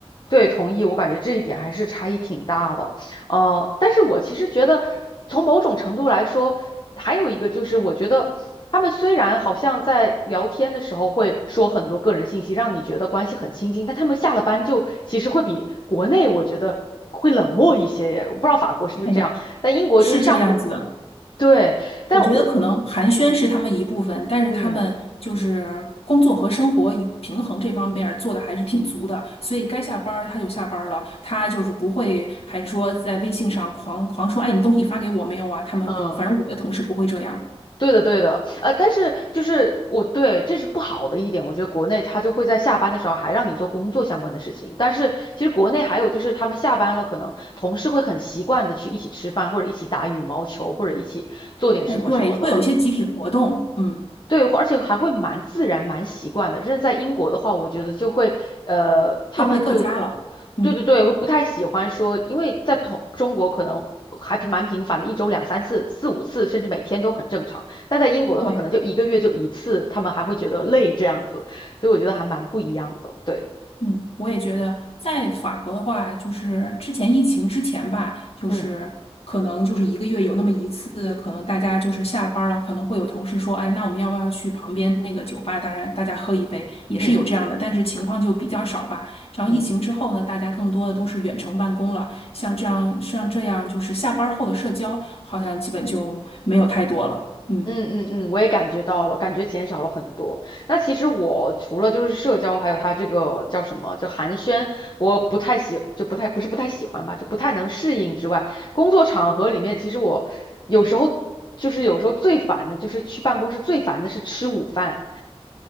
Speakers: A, on the left; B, on the left.
A: 对，同意，我感觉这一点还是差异挺大的。呃，但是我其实觉得，从某种程度来说，还有一个就是，我觉得他们虽然好像在聊天的时候会说很多个人信息，让你觉得关系很亲近，但他们下了班就其实会比国内我觉得会冷漠一些耶。我不知道法国是不是这样，
B: 哎
A: 但英国就是上，
B: 是这个样子的。
A: 对，但我，
B: 我觉得可能寒暄是他们一部分，
A: 嗯
B: 但是他们就是工作和生活与平衡这方面儿做的还是挺足的，
A: 嗯。
B: 所以该下班儿他就下班儿了，他就是不会还说在微信上狂狂说，哎，你东西发给我没有啊？他们反正我的同事不会这样。
A: 嗯对的，对的，呃，但是就是我对这是不好的一点，我觉得国内他就会在下班的时候还让你做工作相关的事情，但是其实国内还有就是他们下班了，可能同事会很习惯的去一起吃饭，或者一起打羽毛球，或者一起做点什么什么的，
B: 哎，对，会有一些集体活动，嗯，
A: 对，而且还会蛮自然、蛮习惯的。真的在英国的话，我觉得就会，呃，他们就，
B: 各回各家了，嗯。
A: 对对对，会不太喜欢说，因为在同中国可能还挺蛮频繁的，一周两三次、四五次，甚至每天都很正常。但在英国的话，
B: 对。
A: 可能就一个月就一次，他们还会觉得累这样子，所以我觉得还蛮不一样的。对，
B: 嗯，我也觉得，在法国的话，就是之前疫情之前吧，就是可能就是一个月有那么一次，
A: 嗯
B: 可能大家就是下班儿了，可能会有同事说，哎，那我们要不要去旁边那个酒吧，大家大家喝一杯，也是有这样的，
A: 嗯
B: 但是情况就比较少吧。然后疫情之后呢，
A: 嗯。
B: 大家更多的都是远程办公了，像这样像这样就是下班儿后的社交，好像基本就没有太多了。嗯，
A: 嗯嗯嗯，我也感觉到了，感觉减少了很多。那其实我除了就是社交，还有他这个叫什么，就寒暄，我不太喜，就不太，不是不太喜欢吧，就不太能适应之外，工作场合里面，其实我有时候就是有时候最烦的就是去办公室最烦的是吃午饭。